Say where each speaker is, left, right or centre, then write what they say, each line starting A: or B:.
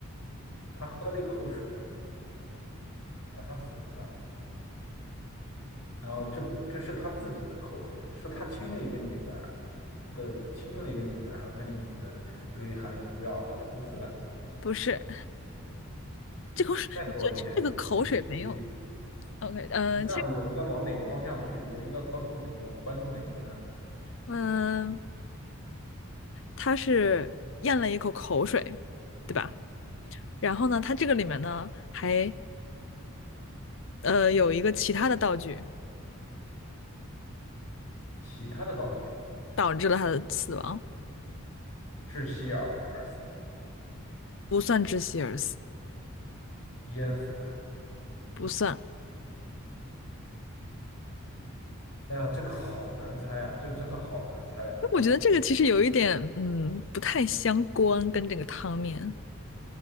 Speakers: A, on the left; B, on the left.
A: 他喝了一口水，然后他死了，然后这这是他自己的口水，是他亲了一个女的的亲了一个女的，然后那个女的嘴里含着毒药把他毒死了。
B: 不是这口水，
A: 再给我一些提示提，
B: 我觉得这个口水没有。OK，嗯，
A: 那我应该往哪个方向去？
B: 这
A: 我应该关注哪个？关注哪个呢？
B: 嗯，他是咽了一口口水，对吧？然后呢，他这个里面呢还呃有一个其他的道具
A: 其他的道具，
B: 导致了他的死亡，
A: 窒息而而死的，
B: 不算窒息而死，
A: 淹死的。
B: 不算。
A: 哎呀，这个好难猜啊，这个真的好难猜啊。
B: 我觉得这个其实有一点嗯不太相关，
A: 嗯
B: 跟这个汤面。